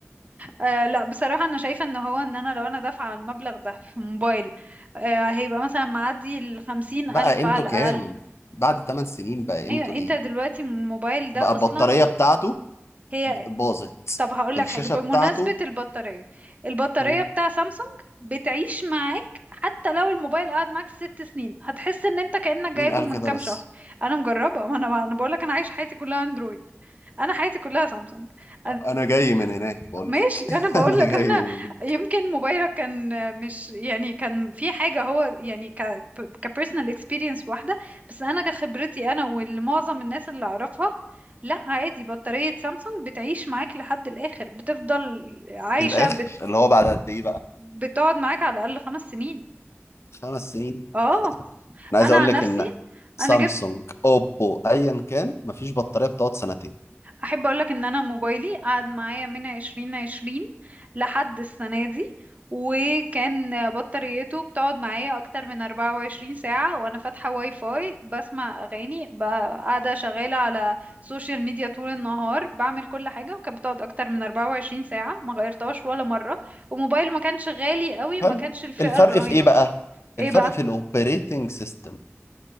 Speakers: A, on the right; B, on the left.
A: آه لا بصراحة أنا شايفة إن هو إن أنا لو أنا دافعة المبلغ ده في موبايل آه هيبقى مثلا معدي الخمسين
B: بقى
A: ألف
B: قيمته
A: على
B: كام
A: الأقل
B: بعد 8 سنين بقى قيمته
A: ايوه انت
B: ايه
A: دلوقتي من الموبايل ده
B: بقى البطارية
A: اصلا
B: بتاعته
A: هي
B: باظت
A: طب هقول لك
B: الشاشة
A: حاجه بمناسبه
B: بتاعته
A: البطاريه البطاريه
B: مم،
A: بتاع سامسونج بتعيش معاك حتى لو الموبايل قعد معاك ست سنين هتحس ان انت كانك
B: مين
A: جايبه
B: قال
A: من
B: كده
A: كام
B: بس
A: شهر انا مجربه ما انا ما انا بقول لك انا عايش حياتي كلها اندرويد انا حياتي كلها سامسونج أنا...
B: انا جاي من هناك بقول
A: ماشي
B: لك. <laughs>
A: انا بقول
B: انا
A: لك
B: جاي
A: انا
B: من هناك
A: يمكن موبايلك كان مش يعني كان في حاجه هو يعني ك كبيرسونال اكسبيرينس واحده بس انا كخبرتي انا والمعظم الناس اللي اعرفها لا عادي بطاريه سامسونج بتعيش معاك لحد الاخر بتفضل عايشه
B: الاخر
A: بت
B: اللي هو بعد قد ايه بقى
A: بتقعد معاك على الاقل خمس سنين
B: خمس سنين
A: اه
B: انا عايز
A: انا
B: اقول
A: عن
B: لك
A: نفسي
B: ان سامسونج
A: انا جبت
B: اوبو ايا كان مفيش بطاريه بتقعد سنتين
A: احب اقولك ان انا موبايلي قعد معايا من عشرين عشرين لحد السنة دي وكان بطاريته بتقعد معايا اكتر من 24 ساعة وانا فاتحة واي فاي بسمع اغاني ب- قاعدة شغالة على سوشيال ميديا طول النهار بعمل كل حاجة وكانت بتقعد اكتر من 24 ساعة ما غيرتهاش ولا مرة وموبايل ما كانش غالي قوي ما
B: حلو
A: كانش الفئة
B: الفرق
A: الرهيبة
B: في ايه بقى
A: ايه
B: الفرق
A: بقى
B: في الاوبريتنج سيستم